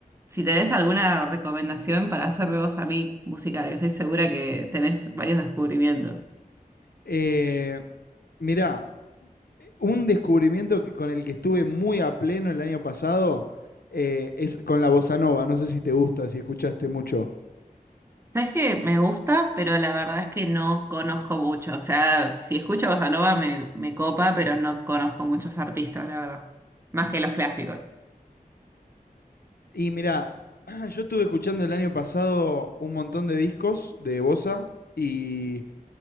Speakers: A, on the right; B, on the left.
A: si tenés alguna recomendación para hacerme vos a mí musical, que estoy segura que tenés varios descubrimientos.
B: Eh, mirá, un descubrimiento que, con el que estuve muy a pleno el año pasado eh, es con la bossa nova. No sé si te gusta, si escuchaste mucho.
A: ¿Sabes qué? Me gusta, pero la verdad es que no conozco mucho. O sea, si escucho bossa nova me, me copa, pero no conozco muchos artistas, la verdad. Más que los clásicos.
B: Y mirá, <clears throat> yo estuve escuchando el año pasado un montón de discos de bossa y